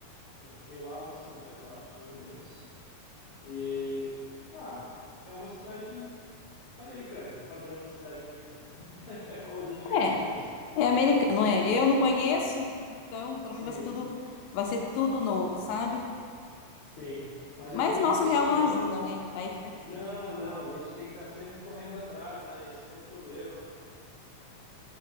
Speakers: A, on the left; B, on the left.
A: Eu fiquei lá uma semana, eu acho, mais ou menos. E ah, é uma cidade americana, padrão cidade americana, <laughs> é como a gente vê
B: É,
A: nos filmes, mais ou
B: é
A: menos.
B: americano, é. Eu não conheço, então para
A: Sim,
B: mim vai ser tudo, vai ser tudo novo, sabe?
A: sim. Mas
B: Mas
A: o que me
B: nosso
A: impressionou
B: real não ajuda, né? Aí fica difícil.
A: Não, não, a gente tem que estar sempre correndo atrás, né? Isso é um problema.